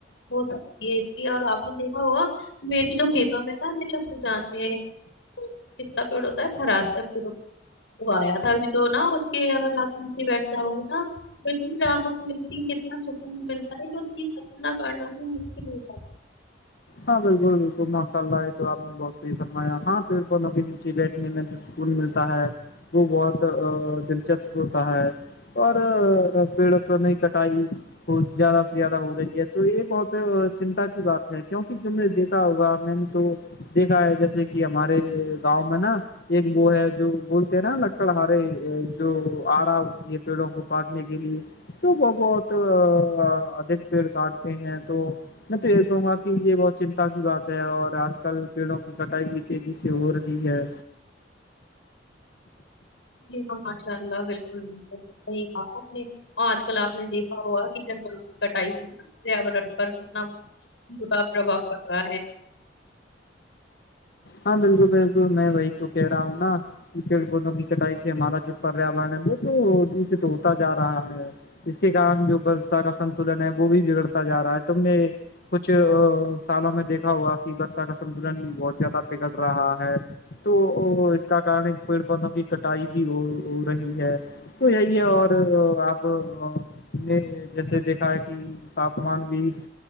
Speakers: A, on the left; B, on the left.
A: ہو سکتی ہے اس کی اور آپ نے دیکھا ہوگا میرری جو کھیتوں میں نا میرے ابو جان نے کس کا پیڑ ہوتا ہے پرات کا پڑ اگایا تبھی تو نا اس کے <inaudible> بیٹھتا ہا نا اتنی راحت ملتی ہے اتنا سکون ملتا ہے کہ اس کی کپنا کرنا بھی مشکل ہو جاتی
B: ہاں بالکل بالکل ماشاء اللہ یہ تو آپ نے بہت صحیح فرمایا ہاں پھروں کے نیچے لی سنے میں جو سکون ملتا ہے وہ بہت دلچسپ ہوتا ہے اور پیڑ پڑوں نے کٹائی زیادہ سے زیادہ ہو رہی ہے تو یہ بہت چنتا کی بات ہے کیوں تم نے دیکھا ہوگا میں نے تو دیکھا ہے جیسے کہ ہمارے گاؤں میں نا ایک وہ ہے جو گڑتے ہیں نا لکڑ ہارے جو آ رہاتی ہے پیڑوں کو کاٹنے کے لیے تو وہ بہت ادھک پیڑ کاٹتے ہیں تو میں پیر دوں گا یہ بہت چنتا کی بات ہے اور آج کل پیڑوں کی کٹائی بھی تیزی سے ہو رہی ہے
A: جی ہاں ماشاء اللہ بالکل بالکل صحیح کہا اپ نے آج کل آپ نے دیکھا ہوگا کہ جنگلوں کی کٹائی سے <inaudible> پر کتنا برا پربھاو پڑ رہا ہے
B: ہاں بالکل بالکل میں وہی تووں کہہ رہا ہوں نا پیڑ پودوں کی کٹائی سے ہمارا جو پریاورن ہے وہ تو دور سے تو ہوتا جا رہا ہے اس کے کارن جو پرسا کا سنتولن ہے وہ بھی بگڑتا جا رہا ہے تم نے کچھ سالوں میں دیکھا ہوا کہ برسہ کا سنتلن بھی بہت زیادہ بگڑ رہا ہے تو اس کا کن پیڑ پودوں کی کٹائی بھی ہو رہی ہے تو یہی ہے اور آپ نے جیسے دیکھا ہے کہ تاپمان بھی